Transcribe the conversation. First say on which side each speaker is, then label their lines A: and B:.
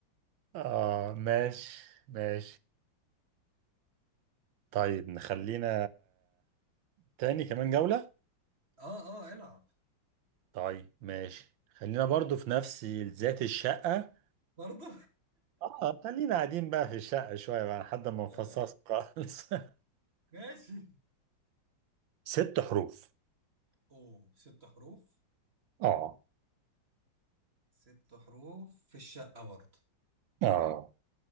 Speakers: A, on the right; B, on the right.
A: اه ماشي ماشي طيب نخلينا تاني كمان جوله
B: اه اه العب
A: طيب ماشي خلينا برضو في نفس ذات الشقة
B: برضه
A: اه خلينا قاعدين بقى في الشقة شوية بقى لحد ما
B: <laughs>
A: نفصص
B: آه،
A: خالص
B: ماشي
A: <laughs> ست حروف
B: اوه ست حروف
A: اه
B: ست حروف في الشقة برضه
A: اه